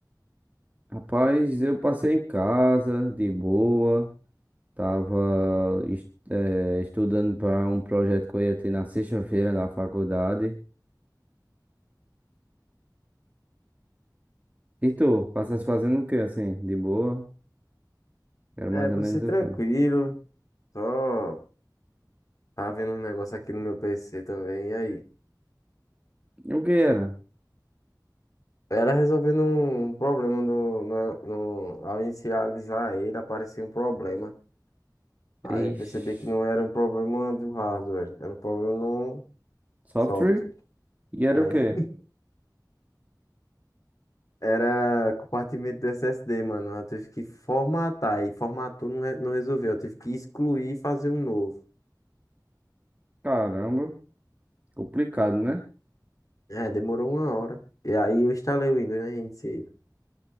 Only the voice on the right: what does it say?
Rapaz, eu passei em casa, de boa. Tava, es- eh, estudando para um projeto que eu ia ter na sexta-feira na faculdade. E tu, passaste fazendo o que assim? De boa? Era mais
ou menos
o quê?
O que era?
Ixi,
software?
E era
o quê?
Caramba, complicado, né?